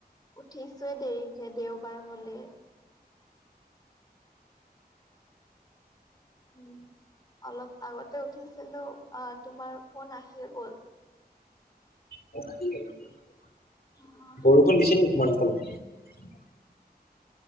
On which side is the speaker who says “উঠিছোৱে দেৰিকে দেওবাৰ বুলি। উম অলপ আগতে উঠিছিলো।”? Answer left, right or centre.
Left